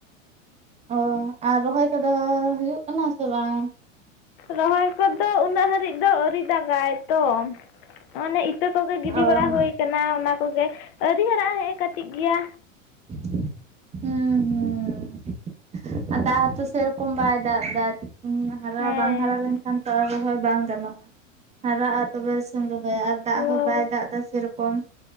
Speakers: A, on the right (about 15°); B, on the left (about 50°).
A: ᱚ ᱟᱨ ᱨᱚᱦᱚᱭ ᱠᱚᱫᱚ ᱦᱩᱭᱩᱜ ᱠᱟᱱᱟ ᱥᱮ ᱵᱟᱝ
B: ᱨᱚᱦᱚᱭ ᱠᱚᱫᱚ ᱩᱱᱟᱹᱜ ᱦᱟᱹᱨᱤᱡ ᱫᱚ ᱟᱹᱣᱨᱤ ᱫᱟᱜᱟᱭ ᱛᱚ ᱚᱱᱮ ᱤᱛᱟᱹ ᱠᱚᱜᱮ ᱜᱤᱰᱤ
A: ᱚ
B: ᱵᱟᱲᱟ ᱦᱩᱭ ᱠᱟᱱᱟ ᱚᱱᱟ ᱠᱚᱜᱮ ᱟᱹᱣᱨᱤ ᱦᱟᱨᱲᱜᱼᱟ ᱱᱮᱜ-ᱮ ᱠᱟᱹᱴᱤᱡ ᱜᱮᱭᱟ
A: ᱦᱢᱢ ᱦᱮᱸ ᱟᱨ ᱫᱟᱜ ᱦᱚᱸᱛᱚ ᱥᱮ ᱨᱚᱠᱚᱢ ᱵᱟᱭ ᱫᱟᱜ ᱮᱫᱟ ᱦᱟᱨᱟ
B: ᱦᱮᱸ
A: ᱵᱟᱝ ᱦᱟᱨᱟ ᱞᱮᱱᱠᱷᱟᱱ ᱚᱛᱚ ᱨᱚᱦᱚᱭ ᱵᱟᱝ ᱜᱟᱱᱚᱜᱼᱟ ᱦᱟᱨᱟᱜᱼᱟ ᱛᱚᱵᱮ ᱥᱮᱢ ᱨᱚᱦᱚᱭᱟ ᱟᱨ ᱫᱟᱜ
B: ᱦᱳᱭ
A: ᱦᱚᱸ ᱵᱟᱭ ᱫᱟᱜ ᱮᱫᱟ ᱥᱮᱨᱚᱠᱚᱢ